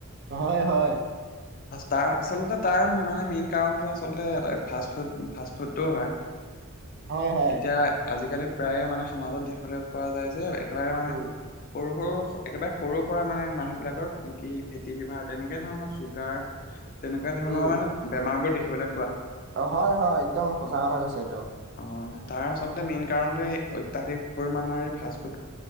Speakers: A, on the right; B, on the left.
A: হয়-হয়।
B: তাৰ আচলতে তাৰ মানে মেইন কাৰণটো আচলতে ফাষ্টফুড-ফাষ্টফুডটোও হয়।
A: হয়, হয়,
B: এতিয়া আজিকালি প্ৰায়ে মানে সমাজত দেখিবলৈ পোৱা যায় যে এক একেবাৰে মানে,
A: উম,
B: সৰু সৰু একেবাৰে সৰুৰ পৰাই মানে মানুহ বিলাকৰ, কি ফেটি লিভাৰ তেনেকে ধৰণৰ, চুগাৰ তেনেকুৱা ধৰণৰ
A: উম,
B: মানে, বেমাৰ বোৰ দেখিবলে
A: অ', হয়-হয় একদম সচা কথা কৈছে এইটো।
B: অ', তাৰ আচলতে মেইন কাৰণটোৱে অত্যাধিক পৰিমাণৰ এই ফাষ্টফুড